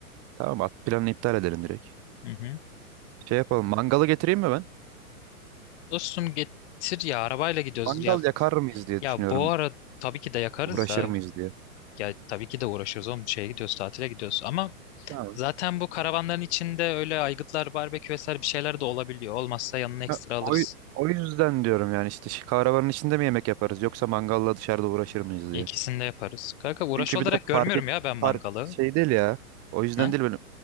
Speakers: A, on the right (about 35°); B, on the left (about 45°).
A: Tamam at planını iptal edelim direkt.
B: Hı hı.
A: Şey yapalım. Mangalı getireyim mi ben?
B: Dostum getir ya arabayla gidiyoruz.
A: Mangal
B: Ya,
A: yakar mıyız diye
B: ya
A: düşünüyorum.
B: bu ara tabii ki de yakarız
A: Uğraşır
B: da.
A: mıyız diye.
B: Ya tabii ki de uğraşıyoruz oğlum. Şeye gidiyoruz tatile gidiyoruz. Ama
A: Tamam.
B: zaten bu karavanların içinde öyle aygıtlar, barbekü vesaire bir şeyler de olabiliyor. Olmazsa yanına ekstra
A: Ya,
B: alırız.
A: O, o yüzden diyorum yani işte şu kahrabanın içinde mi yemek yaparız yoksa mangalla dışarıda uğraşır mıyız
B: İkisini
A: diye.
B: de yaparız. Kanka uğraş
A: Çünkü
B: olarak
A: bir de
B: görmüyorum
A: park et,
B: ya ben mangalı.
A: park şey değil ya. O yüzden
B: Ha?
A: değil böyle